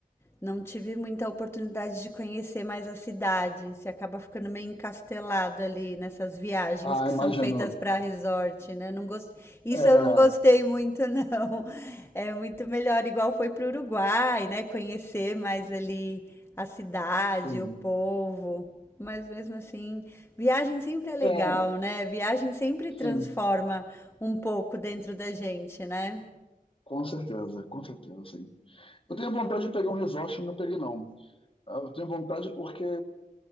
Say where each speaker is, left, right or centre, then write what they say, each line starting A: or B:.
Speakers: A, on the left; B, on the left.
A: Não tive muita oportunidade de conhecer mais a cidade. Você acaba ficando meio encastelado ali nessas viagens
B: ah
A: que são
B: imagino
A: feitas para resort, né? Não gost... Isso
B: é
A: eu não gostei muito, não. <laughs> É muito melhor, igual foi para o Uruguai, né? Conhecer mais ali a cidade,
B: sim
A: o povo. Mas mesmo assim, viagem sempre é legal,
B: é
A: né? Viagem sempre transforma
B: sim
A: um pouco dentro da gente, né?
B: Com certeza, com certeza, sim. Eu tenho vontade de pegar um resort, não peguei, não. Ah, Eu tenho vontade porque.